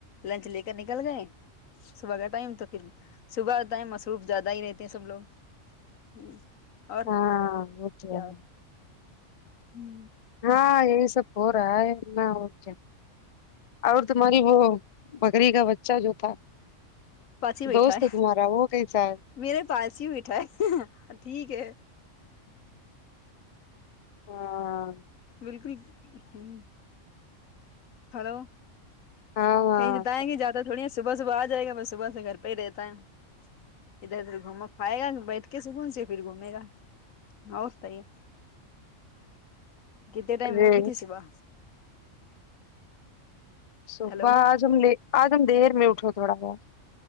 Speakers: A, on the left; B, on the left.
A: لنچ لے کر نکل گئے صبح کا ٹائم تو پھر صبح ٹائم مصروف زیادہ ہی رہتے ہیں سب لوگ ہ اور
B: ہاں وہ تو
A: کیا
B: ہے
A: ہ
B: ہاں یہی سب ہو رہا ہے نا اور کیا اور تمہاری وہ بکری کا بچہ جو تھا
A: پچی بیٹٹھا
B: دوست
A: ہے
B: تمہارا وہ کیسا ہے
A: میرے پاس ہی بیٹھا ہے ٹھیک ہے
B: ہاں
A: بالکل صحیح ہیلو
B: ہاں ہاں
A: کہیں جتائیں گ جاتا تھوڑی ہے صبح صبح آ جائے گا میں صبح سے گھر پہ ہی رہتا ہے ادھر ادھر گھومو کھائے گا بیٹھ کے سکون سے پھر گھومے گا اور صحیح ہے کتنے ٹائم
B: ارے
A: اٹھی تھی صبح
B: صبح
A: ہلو
B: آج ہم لے آج ہم دیر میں اٹھو تھوڑا گار